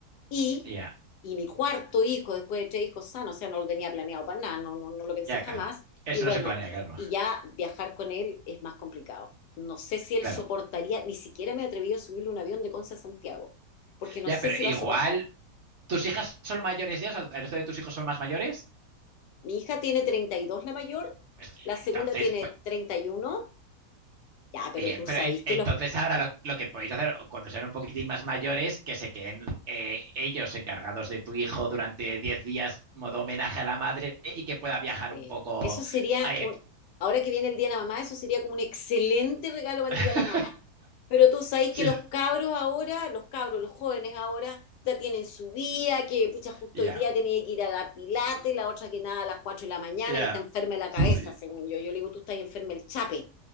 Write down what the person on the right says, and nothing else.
Ya,
ya,
claro. Eso
no se planea, claro.
Claro.
Ya,
pero
igual,
¿tus hijas son mayores ya? O sea, ¿el resto de tus hijos son más mayores?
Pues
entonces,
pues,
bien,
pero
en-
entonces
ahora lo, lo que podéis hacer cuando sean un poquitín más mayores, que se queden eh, ellos encargados de tu hijo durante 10 días, modo homenaje a la madre, y que pueda viajar
un poco
eh,
<laughs>
sí,
ya,
ya,
sí,